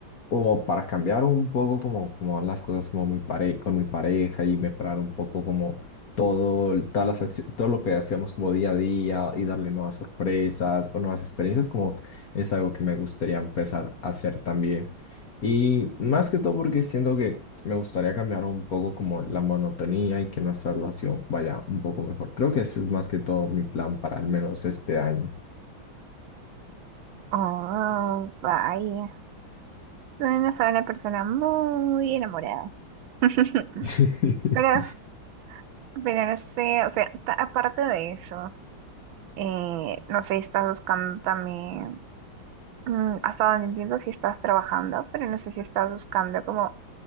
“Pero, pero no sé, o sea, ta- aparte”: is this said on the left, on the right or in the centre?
Right